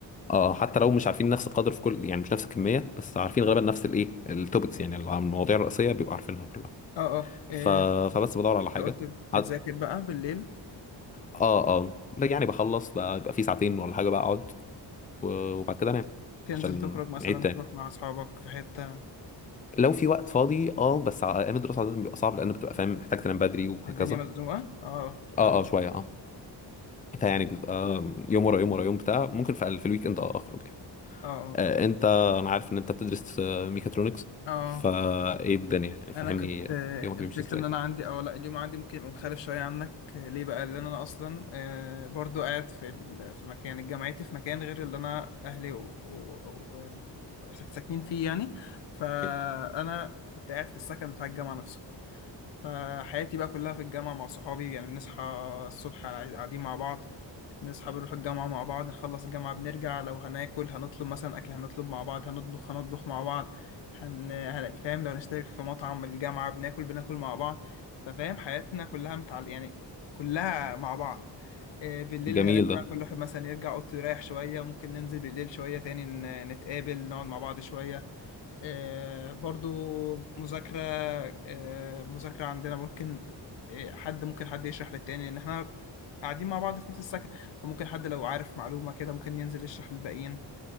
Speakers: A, on the left (about 20°); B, on the left (about 75°).
A: اه حتى لو مش عارفين نفس القدر في كل يعني مش نفس الكميه بس عارفين غالبا نفس الايه التوبكس يعني المواضيع الرئيسيه بيبقوا عارفينها كلها
B: اه اه آه،
A: ف...
B: انت
A: فبس بدور على حاجه
B: قلت بتذاكر
A: عد...
B: بقى بالليل
A: اه اه لا يعني بخلص بقى يبقى في ساعتين ولا حاجه بقى اقعد و- وبعد كده انام
B: تنزل
A: عشان
B: تخرج مثلا
A: نعيد تاني
B: تروح مع اصحابك في حتة
A: لو في وقت فاضي اه بس ع- ايام الدراسه عاده بيبقى صعب لان بتبقى فاهم محتاج تنام بدري وهكذا
B: الدنيا مزنوقة اه
A: اه
B: فاهم
A: اه شويه اه فيعني بيبقى يوم ورا يوم ورا يوم بتاع ممكن في في الويك اند اه اخرج يعني.
B: اه اه
A: آه،
B: فاهم
A: انت انا عارف ان انت بتدرس آه، ميكاترونكس
B: اه
A: فايه الدنيا يعني فهمني
B: انا كنت آه،
A: يومك بيمشي
B: الفكره
A: ازاي
B: ان انا عندي او لا اليوم عندي ممكن يبقى مختلف شويه عنك آه، ليه بقى لان انا اصلا آه، برضو قاعد في ال- في مكان جامعتي في مكان غير اللي انا اهلي و... و... و... و... ساكنين فيه يعني فانا
A: أوكي.
B: كنت قاعد في السكن بتاع الجامعه نفسه فحياتي بقى كلها في الجامعه مع صحابي يعني بنصحى الصبح قاعدين مع بعض نصحى بنروح الجامعة مع بعض نخلص الجامعة بنرجع لو هناكل هنطلب مثلا أكل هنطلب مع بعض هنطبخ هنطبخ مع بعض هن... هن... فاهم لو نشترك في مطعم الجامعة بناكل بناكل مع بعض ففاهم حياتنا كلها متعل... يعني كلها مع بعض آه، بالليل
A: جميل
B: هنرجع
A: ده
B: كل واحد مثلا يرجع أوضته يريح شوية ممكن ننزل بالليل شوية تاني ن- نتقابل نقعد مع بعض شوية آه، برضو مذاكرة آه، مذاكرة عندنا ممكن آه، حد ممكن حد يشرح للتاني ان احنا قاعدين مع بعض في نفس السكن فممكن حد لو عارف معلومة كده ممكن ينزل يشرح للباقيين